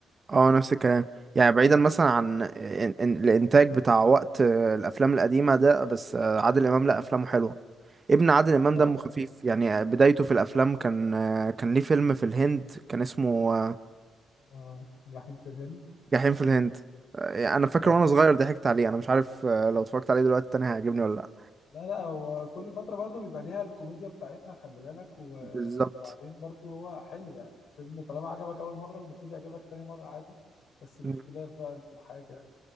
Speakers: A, on the right; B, on the left.
A: آه، نفس الكلام يعني بعيدا مثلا عن إن- إن- الإنتاج بتاع وقت آه، الأفلام القديمة ده بس آه، عادل إمام لأ أفلامه حلوة ابن عادل إمام
B: اه
A: دمه خفيف يعني آه، بدايته في الأفلام كان آه، كان ليه فيلم في الهند كان اسمه آه،
B: اه جحيم في الهند
A: جحيم في الهند آه، أنا فاكر
B: اه
A: وأنا صغير ضحكت عليه أنا مش عارف آه، لو اتفرجت عليه دلوقتي تاني هيعجبني ولا لأ
B: لا لا هو كل فتره برضه بيبقى ليها الكوميديا بتاعتها خلي بالك و...
A: بالظبط
B: وبعدين برضه هو حلو يعني فيلم طالما عجبك اول مره المفروض يعجبك تاني مره عادي بس باختلاف
A: مم.
B: بقى الحاجه